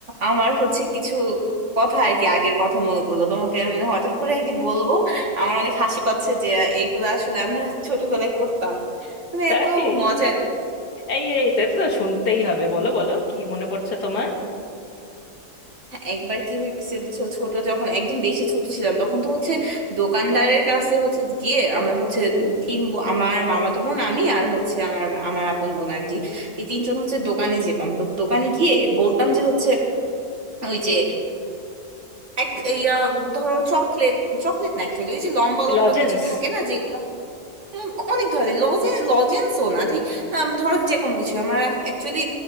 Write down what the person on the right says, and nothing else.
আমার হচ্ছে কিছু কথা আর কি আগের কথা মনে পড়লো তোমাকে আমি হঠাৎ করে আর কি বলবো আমার অনেক হাসি পাচ্ছে যে এগুলা আসলে আমরা ছোটবেলায় করতাম মানে
এত মজার
একবার কি হয়েছে বুঝছো ছোট যখন একদম বেশি ছোট ছিলাম তখন তো হচ্ছে দোকানদারের কাছে হচ্ছে গিয়ে আমরা হচ্ছে তিন ব- আমার মামাতো বোন আমি আর হচ্ছে আমার আমার আপন বোন আর কি এই তিনজন হচ্ছে দোকানে যেতাম তো দোকানে গিয়ে বলতাম যে হচ্ছে ওই যে এক ইয়া ধরো চকলেট চকলেট না অ্যাকচুয়ালি ওই যে লম্বা লম্বা
কিছু থাকে না যে উম, অনেক ধরনের লজে লজেন্সও না ঠিক আম, ধরো যে কোনো কিছু আমার অ্যাকচুয়ালি